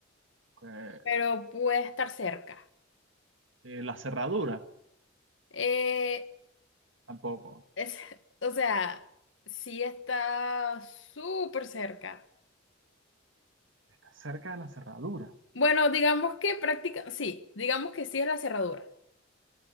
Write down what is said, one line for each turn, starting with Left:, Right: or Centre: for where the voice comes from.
Right: Ok.
Left: pero puede estar cerca.
Right: Eh, la cerradura.
Left: Eh,
Right: Tampoco.
Left: es, <laughs> o sea, sí está súper cerca.
Right: Está cerca de la cerradura.
Left: Bueno, digamos que práctica... Sí, digamos que sí es la cerradura.